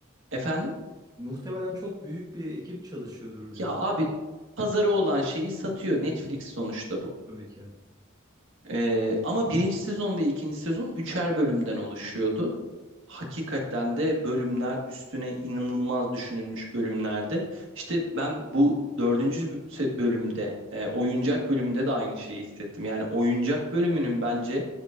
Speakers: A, on the right; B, on the right.
A: efendim
B: Muhtemelen çok büyük bir ekip çalışıyordur diyorum.
A: Ya abi pazarı olan şeyi satıyor Netflix sonuçta bu.
B: Tabii ki.
A: Ee, ama birinci sezon ve ikinci sezon üçer bölümden oluşuyordu. Hakikaten de bölümler üstüne inanılmaz düşünülmüş bölümlerdi. İşte ben bu dördüncü bö- se- bölümde e, oyuncak bölümünde de aynı şeyi hissettim. Yani oyuncak bölümünün bence